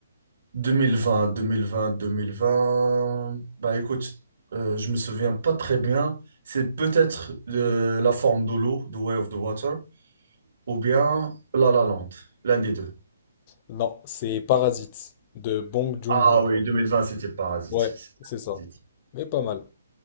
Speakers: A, on the right; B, on the left.
A: 2020, 2020, 2020. Bah écoute, euh, je me souviens pas très bien. C'est peut-être euh, la forme de l'eau, The Way of the Water, ou bien La La Land, l'un des deux.
B: Non, c'est Parasite de Bong Joon-ho.
A: Ah oui, 2020, c'était Parasite.
B: Ouais,
A: C'était
B: c'est ça.
A: Parasite.
B: Mais pas mal.